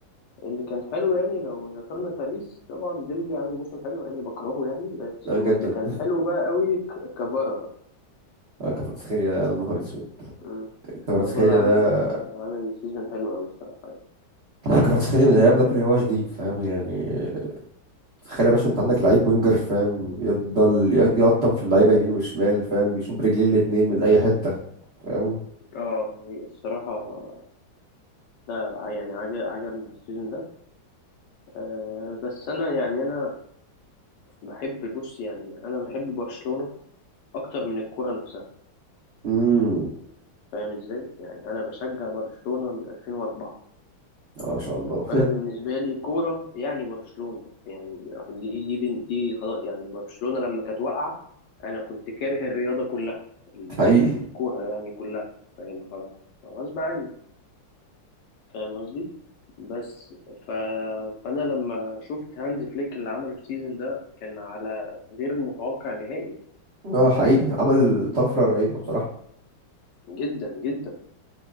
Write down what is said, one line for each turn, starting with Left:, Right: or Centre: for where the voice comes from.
Left: اللي كان حلو يعني لو ذكرنا باريس طبعا ديمبلي عامل موسم حلو يعني بكرهه يعني بس
Right: آه،
Left: واللي
Right: جدا
Left: كان حلو بقى قوي ك- كفارا بقى
Right: <laughs> آه، كفرتسخيليا ده يا نهار اسود
Left: مم.
Right: كفرتسخيليا
Left: كفارا
Right: ده
Left: عامل عامل سيزون حلو قوي الصراحة يعني
Right: لا كفرتسخيليا من ايام نابولي هو جديد فاهم يعني تخيل يا باشا انت عندك لعيب وينجر فاهم يفضل ي- يقطم في اللعيبه يمين وشمال فاهم بيشوف برجلين الاتنين من اي حته فاهم
Left: اه الصراحة لا يعني عج- عجبني السيزون ده أه بس انا يعني انا بحب بص يعني انا بحب برشلونة اكتر من الكرة نفسها
Right: امم
Left: فاهم ازاي يعني انا بشجع برشلونة من 2004
Right: اه ما شاء الله
Left: فانا بالنسبه لي كوره يعني برشلونه يعني دي دي بن- دي خلاص يعني برشلونه لما كانت واقعه انا كنت كاره الرياضه كلها الس-
Right: <laughs> حقيقي
Left: الكوره يعني كلها فاهم خلاص غصب عني فاهم قصدي بس ف... فانا لما شفت هانز فليك اللي عمله في السيزون ده كان على غير متوقع نهائي
Right: اه حقيقي عمل طفره رهيبه بصراحه
Left: جدا جدا